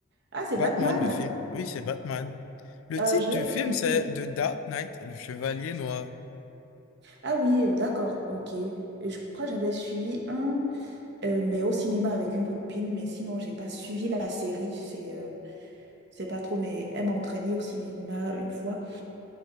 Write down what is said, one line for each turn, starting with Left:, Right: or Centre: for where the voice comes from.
Right: ah c'est
Left: Batman,
Right: Batman.
Left: le film. Oui, c'est Batman. Le
Right: Euh,
Left: titre
Right: je
Left: du
Right: l'ai
Left: film,
Right: suivi.
Left: c'est
Right: mais-
Left: The Dark Knight, Le Chevalier Noir.
Right: Ah oui, euh, d'accord, ok. Et Je crois que j'avais suivi un, euh, mais au cinéma avec une copine. Mais sinon, j'ai pas suivi la série. C'est euh, c'est pas trop. Mais elle m'a entraînée au cinéma une fois.